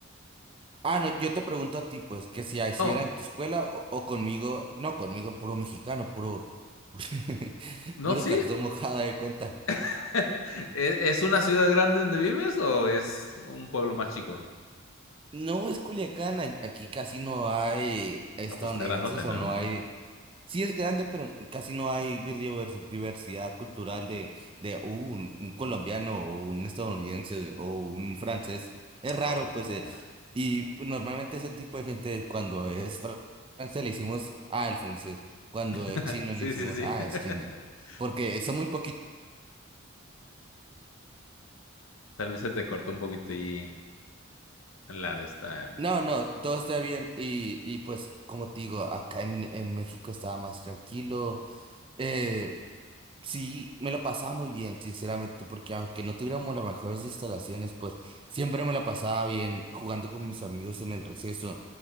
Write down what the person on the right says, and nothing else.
Ah, no, yo te pregunto a ti, pues, que si así
era en tu escuela o, o conmigo, no, conmigo puro mexicano, puro, <laughs>
puro
cartón mojado de cuenta.
No, es Culiacán, a- aquí casi no hay estadounidenses
o no hay Sí es grande, pero casi no hay birdivers- diversidad cultural de, de un, un colombiano o un estadounidense o un francés. Es raro,
pues, eh, y normalmente ese tipo de gente cuando es fr- francés le hicimos, ah, el francés. Cuando
es chino
le hicimos,
ah,
es chino. Porque son muy poquitos.
No, no, todo está bien. Y, y pues, como te digo, acá en, en México estaba más tranquilo. eh, Sí, me lo pasaba muy bien, sinceramente, porque aunque no tuviéramos las mejores instalaciones, pues siempre me la pasaba bien jugando con mis amigos en el receso.